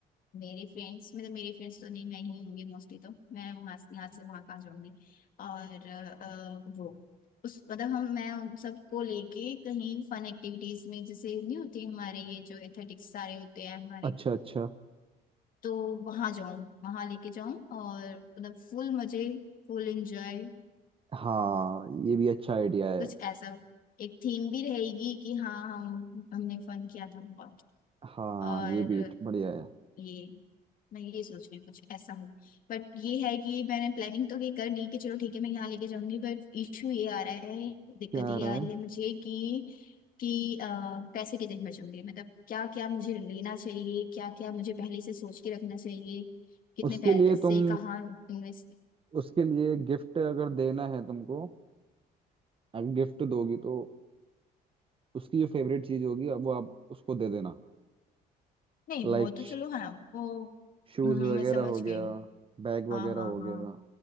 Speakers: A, on the left (about 55°); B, on the right (about 30°).
A: मेरे फ्रेंड्स मतलब मेरे फ्रेंड्स तो नहीं मैं ही होंगी मोस्टली तो मैं वहां से यहाँ से वहां कहाँ जाऊंगी और अ, वो उस मतलब हम मैं उन सबको लेके कहीं फन एक्टिविटीज में जैसे नहीं होती हमारे ये जो एथेटिक्स सारे होते हैं हमारे
B: अच्छा अच्छा
A: तो वहां जाऊं वहां लेके जाऊं और मतलब फुल मजे फुल एंजॉय
B: हाँ ये भी अच्छा आइडिया है
A: कुछ ऐसा एक थीम भी रहेगी कि हाँ हम हमने फन किया था बहुत
B: हाँ
A: और
B: ये भी बढ़िया है
A: ये मैं ये सोच रही हूँ कुछ ऐसा हो बट ये है कि मैंने प्लानिंग तो ये कर ली कि चलो ठीक है मैं यहाँ लेके जाऊंगी बट इशू ये आ रहा है
B: क्या
A: दिक्कत ये
B: आ रहा
A: आ रही
B: है
A: है मुझे कि कि अ, पैसे कितने खर्च होंगे मतलब क्या क्या मुझे लेना चाहिए क्या क्या मुझे पहले से सोच के रखना चाहिए कितने
B: उसके
A: पैसे
B: लिए तुम
A: कहाँ इन्वेस्ट
B: उसके लिए गिफ्ट अगर देना है तुमको अगर गिफ्ट दोगी तो उसकी जो फेवरेट चीज होगी अब वो आप उसको दे देना
A: नहीं
B: लाइक
A: वो तो चलो हाँ वो
B: शूज
A: हम्म,
B: वगैरह
A: मैं समझ
B: हो
A: गई
B: गया बैग
A: हाँ
B: वगैरह
A: हाँ
B: हो
A: हाँ
B: गया